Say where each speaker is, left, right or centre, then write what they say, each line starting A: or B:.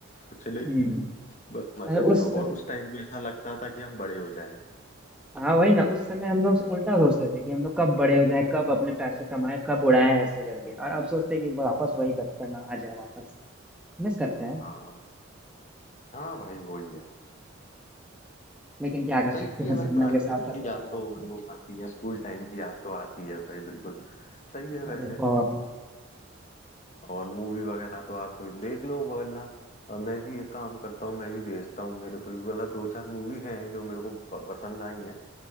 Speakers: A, on the left; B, in the centre.
A: कुछ नहीं
B: हम्म
A: बस मजे
B: अरे
A: करो
B: उस
A: और उस टाइम पे ऐसा लगता था कि हम बड़े हो जाएं
B: हाँ वही ना उस समय हम लोग उल्टा सोचते थे कि हम लोग कब बड़े हो जाएं कब अपने पैसे कमाएं कब उड़ाएं ऐसे करके और अब सोचते हैं कि वापस वही बचपना आ जाए वापस मिस करते हैं
A: हाँ हाँ भाई वही है
B: लेकिन क्या कर
A: सही
B: सकते हैं
A: है भाई
B: समय
A: पुरानी
B: के साथ
A: दिनों
B: सब
A: की
B: बड़े
A: याद
B: हो जाते
A: तो वो आती है स्कूल टाइम की याद तो आती है भाई बिल्कुल सही है वैसे
B: हैं अरे बहुत याद
A: और मूवी वगैरह तो आप देख लो वरना अ, मैं भी एक काम करता हूँ मैं भी भेजता हूँ मेरे पे भी मतलब दो चार मूवी हैं जो मेरे को प- पसंद आई हैं